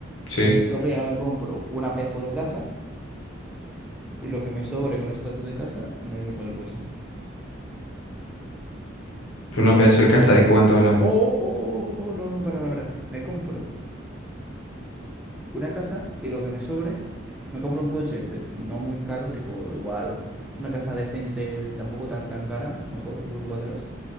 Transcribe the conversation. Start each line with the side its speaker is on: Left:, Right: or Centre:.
Left: Sí.
Centre: Luego ya me compro una pedazo de casa. Y lo que me sobre con ese pedazo de casa, me lo invierto en el coche.
Left: Pero una pedazo de casa, ¿de cuánto hablamos?
Centre: Oh, oh, oh, no, no, para, para, para. Me compro una casa y lo que me sobre, me compro un coche, de- no muy caro, tipo igual una casa decente, tampoco tan tan cara, mejor, vuelvo atrás.